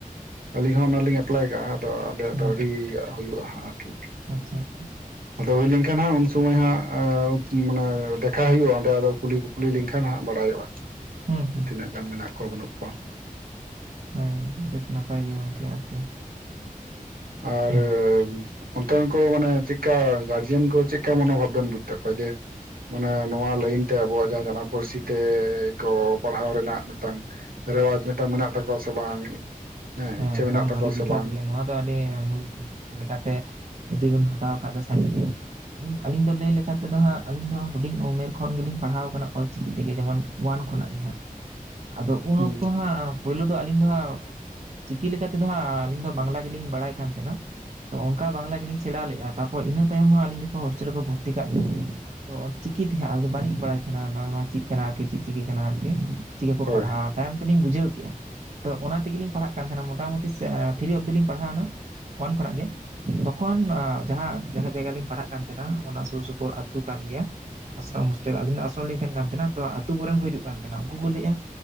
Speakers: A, on the right (about 80°); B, on the right (about 50°).
A: -ᱟᱹᱞᱤᱧ ᱦᱚᱸ ᱚᱱᱟᱞᱤᱧ ᱮᱯᱞᱟᱭ ᱠᱟᱜᱼᱟ ᱟᱫᱚ ᱟᱞᱮᱭᱟᱜ
B: ᱦᱩᱸ
A: ᱫᱚ ᱨᱤ ᱦᱩᱭᱩᱜᱼᱟ ᱦᱟᱸᱜ ᱟᱨᱠᱤ᱾
B: ᱟᱪᱪᱷᱟ ᱟᱪᱪᱷᱟ
A: ᱟᱫᱚ ᱦᱩᱭ ᱞᱮᱱᱠᱷᱟᱱ ᱦᱟᱸᱜ ᱩᱱ ᱥᱚᱢᱚᱭ ᱦᱟᱸᱜ ᱢᱟᱱᱮ ᱫᱮᱠᱷᱟ ᱦᱩᱭᱩᱜᱼᱟ ᱚᱸᱰᱮ ᱟᱫᱚ ᱠᱩᱞᱤ ᱠᱩᱯᱞᱤ ᱞᱮᱱᱠᱷᱟᱱ ᱦᱟᱸᱜ ᱵᱟᱲᱟᱭᱚᱜᱼᱟ
B: ᱦᱩᱸ ᱦᱩᱸ
A: ᱛᱤᱱᱟᱹᱜ ᱜᱟᱱ ᱢᱮᱱᱟᱜ ᱠᱚᱣᱟ ᱵᱟᱹᱱᱩᱜ ᱠᱚᱣᱟ
B: ᱦᱳᱭ ᱵᱮᱥ ᱱᱟᱯᱟᱭ ᱜᱮ ᱜᱚᱢᱠᱮ ᱟᱨᱠᱤ
A: ᱟᱨ
B: ᱦᱮᱸ
A: ᱚᱱᱛᱮᱱ ᱠᱚ ᱢᱟᱱᱮ ᱪᱮᱠᱟ ᱜᱟᱨᱡᱮᱱ ᱠᱚ ᱪᱮᱠᱟ ᱢᱚᱱᱳᱵᱷᱟᱵ ᱵᱮᱱ ᱵᱩᱡ ᱛᱟᱠᱚᱣᱟ ᱡᱮ- -ᱢᱟᱱᱮ ᱱᱚᱣᱟ ᱞᱟᱹᱭᱤᱱ ᱛᱮ ᱟᱵᱚᱣᱟᱜ ᱡᱟᱦᱟᱸ ᱡᱟᱱᱟᱢ ᱯᱟᱹᱨᱥᱤ ᱛᱮᱠᱚ ᱯᱟᱲᱦᱟᱣ ᱨᱮᱱᱟᱜ ᱢᱤᱫᱴᱟᱝ- ᱨᱮᱣᱟᱡᱽ ᱢᱤᱫᱴᱟᱝ ᱢᱮᱱᱟᱜ ᱛᱟᱠᱚᱣᱟ ᱥᱮ ᱵᱟᱝ?
B: ᱦᱮᱸ
A: ᱤᱪᱪᱷᱟᱹ
B: ᱮᱠᱫᱚᱢ
A: ᱢᱮᱱᱟᱜ ᱛᱟᱠᱚᱣᱟ
B: ᱟᱹᱰᱤ ᱡᱚᱛᱷᱟᱛ
A: ᱥᱮ ᱵᱟᱝ
B: ᱜᱮ ᱱᱚᱣᱟ ᱫᱚ ᱟᱹᱰᱤ ᱢᱩᱞ ᱞᱮᱠᱟᱛᱮ ᱡᱩᱫᱤ ᱵᱤᱱ ᱦᱟᱛᱟᱣ ᱠᱷᱟᱡ ᱫᱚ ᱥᱟᱹᱨᱤ ᱜᱮ, ᱟᱹᱞᱤᱧ ᱟᱹᱞᱤᱧ ᱫᱚ ᱞᱟᱹᱭ ᱞᱮᱠᱷᱟᱱ ᱛᱮᱫᱚ ᱦᱟᱸᱜ ᱟᱹᱞᱤᱧ ᱫᱚ ᱦᱩᱰᱤᱧ ᱩᱢᱮᱨ ᱠᱷᱚᱱ ᱜᱮᱞᱤᱧ ᱯᱟᱲᱦᱟᱣ ᱟᱠᱟᱱᱟ ᱚᱞᱪᱤᱠᱤ ᱛᱮᱜᱮ ᱡᱮᱢᱚᱱ ᱳᱣᱟᱱ ᱠᱷᱚᱱᱟᱜ ᱜᱮ ᱦᱟᱸᱜ ᱟᱫᱚ ᱩᱱ
A: ᱦᱩᱸ
B: ᱚᱠᱛᱚ ᱦᱟᱸᱜ ᱯᱳᱭᱞᱳ ᱫᱚ ᱟᱹᱞᱤᱧ ᱫᱚ ᱦᱟᱸᱜ ᱪᱤᱠᱤ ᱞᱮᱠᱟᱛᱮ ᱫᱚ ᱦᱟᱸᱜ ᱟᱹᱞᱤᱧ ᱫᱚ ᱵᱟᱝᱞᱟ ᱜᱮᱞᱤᱧ ᱵᱟᱲᱟᱭ ᱠᱟᱱ ᱛᱟᱦᱮᱸᱱᱟ᱾ ᱛᱚ ᱚᱱᱠᱟ ᱵᱟᱝᱞᱟ ᱜᱮᱞᱤᱧ ᱥᱮᱬᱟ ᱞᱮᱫᱼᱟ ᱛᱟᱨᱯᱚᱨ ᱤᱱᱟᱹ ᱛᱟᱭᱚᱢ ᱦᱚᱸ ᱟᱹᱞᱤᱧ ᱡᱚᱠᱷᱚᱱ ᱦᱳᱥᱴᱮᱞ ᱨᱮᱠᱚ ᱵᱷᱚᱨᱛᱤ ᱠᱟᱜ ᱞᱤᱧᱟ᱾ ᱛᱚ ᱚᱞᱪᱤᱠᱤ ᱛᱮᱦᱟᱸᱜ ᱵᱟᱹᱞᱤᱧ ᱵᱟᱲᱟᱭ ᱛᱟᱦᱮᱸᱱᱟ ᱚᱱᱟ ᱪᱮᱫ ᱠᱟᱱᱟ ᱟᱨᱠᱤ ᱪᱮᱫ ᱪᱤᱠᱤ ᱠᱟᱱᱟ ᱟᱨᱠᱤ᱾ ᱪᱤᱠᱟᱹ ᱠᱚ
A: ᱦᱳᱭ
B: ᱯᱟᱲᱦᱟᱣ-ᱟ ᱛᱟᱭᱚᱢ ᱛᱮᱞᱤᱧ ᱵᱩᱡᱷᱟᱹᱣ ᱠᱮᱜᱼᱟ, ᱛᱚ ᱚᱱᱟ ᱛᱮᱜᱮᱞᱤᱧ ᱯᱟᱲᱦᱟᱜ ᱠᱟᱱ ᱛᱟᱦᱮᱱᱟ ᱢᱚᱴᱟᱢᱩᱴᱤ <inaudible> ᱛᱷᱨᱤ ᱚᱯᱷ ᱫᱤ ᱞᱤᱧ ᱯᱟᱲᱦᱟᱣᱱᱟ ᱚᱣᱟᱱ ᱠᱷᱚᱱᱟᱜ ᱜᱮ ᱾ ᱛᱚᱠᱷᱚᱱ ᱡᱟᱦᱟᱸ ᱡᱟᱦᱟᱸ ᱡᱟᱭᱜᱟ ᱨᱮ ᱞᱤᱧ ᱯᱟᱲᱦᱟᱜ ᱠᱟᱱ ᱛᱟᱦᱮᱱᱟ ᱚᱱᱟ ᱥᱩᱨ ᱥᱩᱯᱩᱨ ᱟᱹᱛᱩ ᱠᱟᱱ ᱜᱮᱭᱟ᱾ ᱟᱥᱨᱚᱢ ᱦᱳᱥᱴᱮᱞ ᱟᱞᱤᱧ ᱟᱥᱨᱚᱢ ᱞᱤᱧ ᱛᱟᱦᱮᱱ ᱠᱟᱱ ᱛᱟᱦᱮᱱᱟ ᱛᱚ ᱟᱛᱳ ᱠᱚᱨᱮᱱ ᱠᱚ ᱦᱤᱡᱩᱜ ᱠᱟᱱ ᱛᱟᱦᱮᱱᱟ ᱩᱱᱠᱩ ᱠᱚ ᱞᱟᱹᱭᱮᱫᱼᱟ-